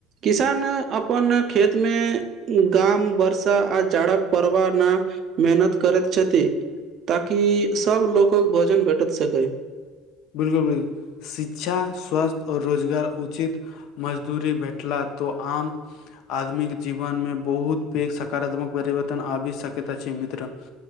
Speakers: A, on the right; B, on the left.
A: किसान अपन खेतमे गाम वर्षा आ जाड़क पडबा न मेहनत करैत छथि ताकि सभ लोक भोजन भेटत सकै
B: बिलकुल ब शिक्षा स्वास्थ्य और रोजगार उचित मजदूरी भेटला तो आम आदमीके जीवन मे बहुत पैघ सकारात्मक परिवर्तन आबि सकैत अछि मित्र